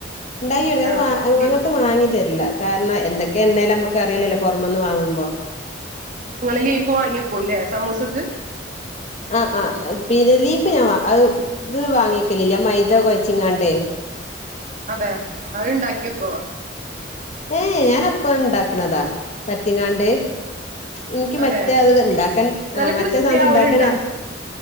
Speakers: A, on the left (about 40°); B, on the right (about 45°).
A: ഇണ്ടായിറയും
B: ആഹ്
A: അത് വാ
B: ലീ
A: അങ്ങത്ത വാങ്ങി തരില്ല കാരണം എന്തൊക്കെയെണ്ണേല നമു ക്കറിയിലല്ലോ പൊറമെന്ന് വാങ്ങുമ്പോ
B: നിങ്ങള് ലീഫ് വാങ്ങി വെക്കൂലെ സമൂസക്ക്
A: ആഹ് ആഹ് പിന്നെ ലീഫ് ഞാൻ അത് ഇത് വാങ്ങിക്കലില്ല മൈദ കൊഴച്ചിങ്ങാണ്ടേ
B: അതെ അതിണ്ടാക്കി വെക്കോ
A: ഏഹ് ഞാനപ്പണ്ടാക്കണതാ പരത്തിങ്ങാണ്ട് നിക്ക്
B: അതെ
A: മറ്റേത്ണ്ടാക്കാൻ ആ
B: നല്ല
A: മറ്റേ
B: ക്രിസ്പി
A: സാന്തണ്ടാക്കനാ
B: ആവലുണ്ടാ